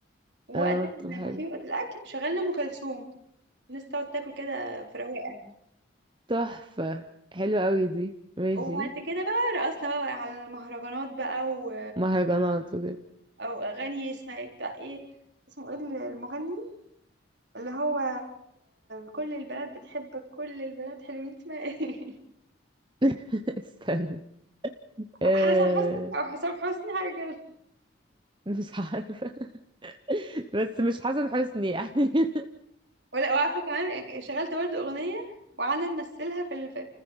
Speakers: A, on the right; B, on the right.
A: ووقت
B: اه طب حلو
A: البوفيه وقت الاكل شغلنا ام كلثوم الناس تقعد تاكل كده في رواقه
B: تحفة حلوة قوي دي ماشي
A: وبعد كده بقى رقصنا بقى, بقى على المهرجانات بقى و...
B: مهرجانات بجد
A: او اغاني اسمها ايه بتاع ايه اسمه ايه المغني اللي هو كل البنات بتحبك كل البنات حلوين اسمها ايه
B: <laughs> استني
A: <laughs>
B: أه...
A: حسن حسني او حسام حسني حاجه كده
B: مش عارفة <laughs> بس مش حسن حسني يعني <laughs>
A: ولا وعارفه كمان شغلت برضه اغنيه وقعدنا نمثلها في الف...